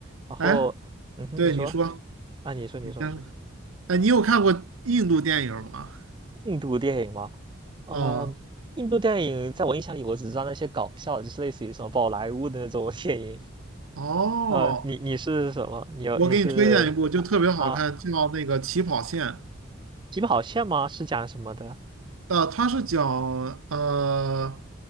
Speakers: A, on the right; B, on the right.
A: 然后嗯哼，
B: 哎，对你说，
A: 你说啊，你说你说
B: 你先说。哎，你有看过印度电影吗？
A: 印度电影吗？哦，
B: 啊、
A: 印度电影在我印象里，我只知道那些搞笑，就是类似于什么宝莱坞的那种 <laughs> 电影。
B: 哦，
A: 呃，你你是什么？你有你是
B: 我给你推荐一部，就特别好看，
A: 啊，
B: 叫那个《起跑线》。
A: 起跑线吗？是讲什么的？
B: 呃，他是讲呃，